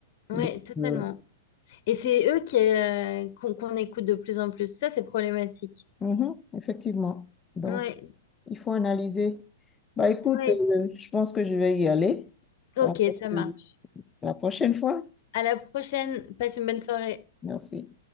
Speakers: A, on the left; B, on the left.
A: ouais,
B: Donc,
A: totalement.
B: euh,
A: Et c'est eux qui, euh, qu'on, qu'on écoute de plus en plus. Ça, c'est problématique.
B: mhm, effectivement. Donc,
A: Ouais,
B: il faut analyser. Bah, écoute,
A: ouais.
B: euh, je pense que je vais y aller.
A: Ok,
B: On va
A: ça
B: se-
A: marche.
B: la prochaine fois.
A: À la prochaine. Passe une bonne soirée.
B: Merci.